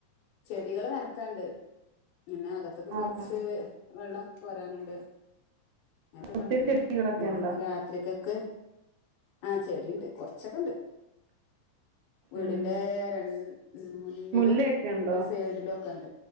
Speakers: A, on the left; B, on the right.
A: കുടികള് നനക്കാണ്ട് പിന്നെ അകത്തൊക്കെ
B: ആ
A: കുറച്ച്
B: ആ
A: വെള്ളം വരാനുണ്ട് അങ്ങനത്തെ
B: ഒത്തിരി
A: പണിയൊക്കെ
B: ചെടികളൊക്കെ
A: ഇണ്ട് പിന്നെ
B: ഉണ്ടോ
A: രാത്രിക്കൊക്കെ ആഹ ചെടുണ്ട് കൊറച്ചൊക്കെണ്ട് വീടിറെ
B: ഉം
A: ര മുന്നിലും
B: മുല്ലയൊക്കെ ഉണ്ടോ
A: ഒരു സൈഡിലും ഒക്കെ ഉണ്ട്